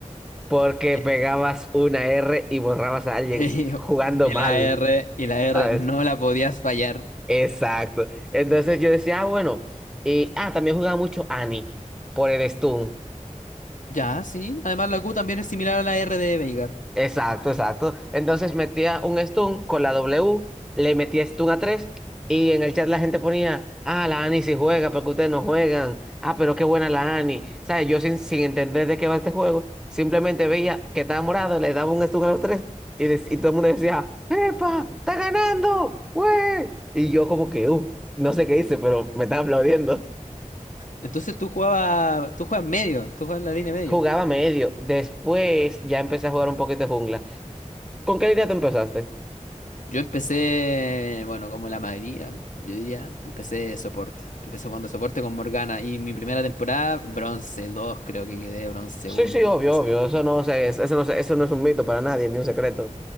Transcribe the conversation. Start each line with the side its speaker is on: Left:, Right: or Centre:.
Centre: Porque
Left: Que-
Centre: pegabas una R y borrabas a alguien
Left: <laughs>
Centre: jugando
Left: Y
Centre: mal.
Left: la R, y la R,
Centre: ¿Sabes?
Left: no la podías fallar.
Centre: Exacto. Entonces yo decía, ah, bueno, y, ah, también jugaba mucho Annie por el stun.
Left: Ya, sí. Además la Q también es similar a la R de Veigar.
Centre: Exacto, exacto. Entonces metía un stun con la W, le metía stun a 3 y en el chat la gente ponía, ah, la Annie sí juega, porque ustedes no juegan. Ah, pero qué buena la Annie ¿Sabes? Yo sin, sin entender de qué va este juego, simplemente veía que estaba morado, le daba un stun a los tres y, dec- y todo el mundo decía, ¡Epa! ¡Está ganando! ¡Wey! Y yo como que, uh, no sé qué hice, pero me estaba aplaudiendo.
Left: Entonces tú jugabas, tú juegas medio, tú juegas en la línea medio.
Centre: Jugaba medio. Después ya empecé a jugar un poquito de jungla. ¿Con qué línea tú empezaste?
Left: Yo empecé, bueno, como la mayoría, yo diría, empecé de soporte. Empecé jugando soporte con Morgana y mi primera temporada, bronce 2, creo que quedé, bronce
Centre: Sí,
Left: uno,
Centre: sí,
Left: una
Centre: obvio,
Left: cosa así.
Centre: obvio. Eso no se- es, eso no se- eso no es un mito para nadie, ni un secreto.